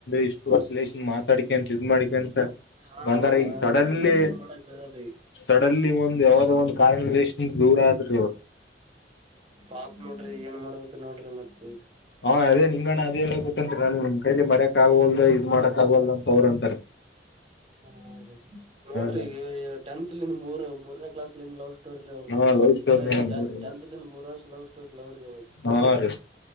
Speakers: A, on the left (about 65°); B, on the right (about 35°).
A: ಇಷ್ಟ ವರ್ಷ ಲೇಶನ್ ಮಾತಾಡಿಕ ಅಂತ ಇದ್ ಮಾಡ್ಿಕ ಅಂತ <unintelligible>
B: ಹಾ
A: ಬಂದಾರೆ
B: ರೀ
A: ಈ
B: ಹಾ
A: ಸಡನ್ಲ್ಲಿ
B: ರೀ ಮತ್ತೆ ಏನ್ ಮಾಡಕ್ ಆಗಲ್ರಿ
A: ಸಡನ್ಲಿ ಒಂದು ಯಾವದೋ ಒಂದು ಕಾರಣದಲ್ಲಿ ದೂರ ಆದ್ರಿ ಅವರು
B: ಪಾಪ್ ನೋಡ್ರಿ ಏನ್ ಮಾಡ್ಬೇಕ್ ನೋಡ್ರಿ ಮತ್
A: ಹಾ ಅದೇ ನಿಂಗಣ ಅದ ಹೇಳ ಕುಂತನ್ರಿ ನನ್ ಕೈಲಿ ಮರ್ಯಕ್ ಆಗೋಲ್ದ ಇದ್ ಮಾಡಕ್ ಆಗಲ್್ <unintelligible> ತವ್ರ ಅಂತಾರೆ
B: ಹ ರಿ ನೋಡ್ರಿ
A: ರೀ
B: ಟೆಂತ್ಲಂದ ಮೂರ್ ಮೂರನೇ ಕಾಸ್ಲಿಂದ್ ಲವ್ ಸ್ಟೋರಿರಿ ಅವ್ರದದು
A: ಹಾ ಲವ್ ಸ್ಟೋರಿ
B: ಇಲ್ಲ ಇಲ್ಲ <unintelligible>
A: ನೋಡ್ರಿ
B: ಟಂತ್ಂದ ಮೂರ್ ವರ್ಷ ಲವ್ ಸೋರಿ ಲವ್ರೀ
A: ಹಾ ರೀ